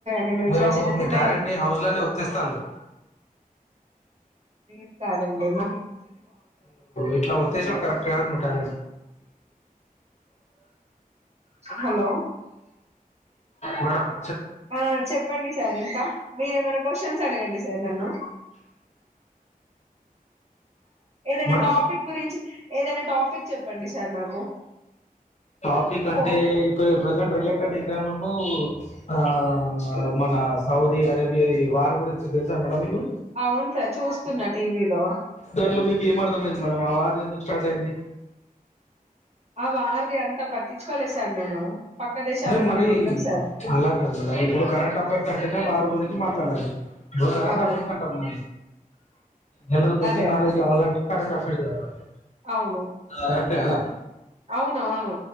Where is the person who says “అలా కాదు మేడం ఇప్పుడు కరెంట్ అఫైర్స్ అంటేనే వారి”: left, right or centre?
Left